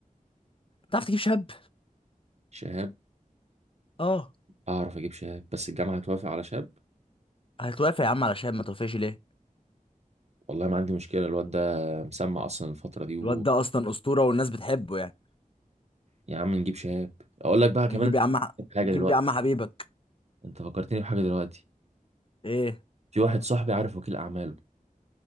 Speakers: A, on the left; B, on the right.
A: تعرف تجيب شاب
B: شهاب
A: اه
B: اعرف اجيب شهاب بس الجامعة هتوافق على شهاب
A: هتوافق يا عم على شاب ما توافقش ليه
B: والله ما عندي مشكلة الواد ده مسمع اصلا الفترة دي و...
A: الواد ده اصلا اسطوره والناس بتحبه يعني
B: يا عم نجيب شهاب اقول لك بقى كمان
A: ونجيب يا عم
B: انت حاجة
A: ونجيب
B: دلوقتي
A: يا عم حبيبك
B: انت فكرتني بحاجة دلوقتي
A: ايه
B: في واحد صاحبي عارف وكيل اعماله